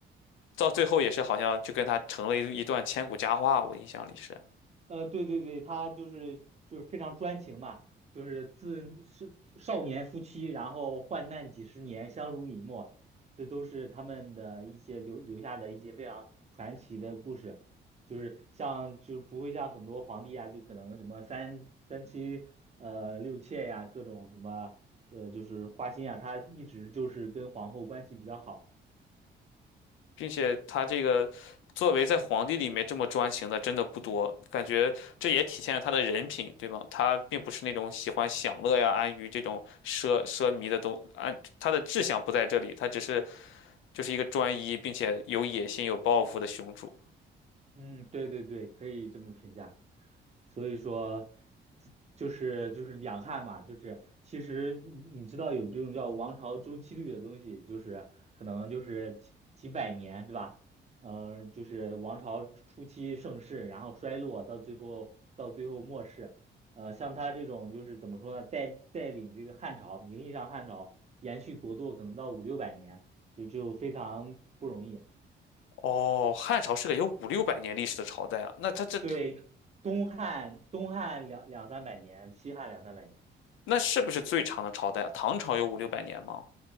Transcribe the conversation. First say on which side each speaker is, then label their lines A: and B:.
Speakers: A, on the left; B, on the right.
A: 到最后也是好像就跟他成了一一段千古佳话，我印象里是，
B: 呃，对对对，他就是就是非常专情嘛，就是自是少年夫妻，然后患难几十年，相濡以沫，这都是他们的一些留留下的一些非常传奇的故事，就是像就不会像很多皇帝啊，就可能什么三三妻呃六妾呀、各种什么呃就是花心啊，他一直就是跟皇后关系比较好，
A: 并且他这个作为在皇帝里面这么专情的真的不多，感觉这也体现了他的人品，对吗？他并不是那种喜欢享乐呀、安于这种奢奢靡的东，安他的志向不在这里，他只是就是一个专一并且有野心、有抱负的雄主。
B: 嗯，对对对，可以这么评价。所以说，自就是就是两汉嘛，就是其实你你知道有这种叫王朝周期律的东西，就是可能就是几几百年是吧？呃，就是王朝初期盛世，然后衰落，到最后到最后末世。呃，像他这种就是怎么说呢，带带领这个汉朝，名义上汉朝延续国祚可能到五六百年，就就非常不容易。
A: 哦，汉朝是个有五六百年历史的朝代啊，那他这
B: 对，东汉东汉两两三百年，西汉两三百年。
A: 那是不是最长的朝代啊？唐朝有五六百年吗？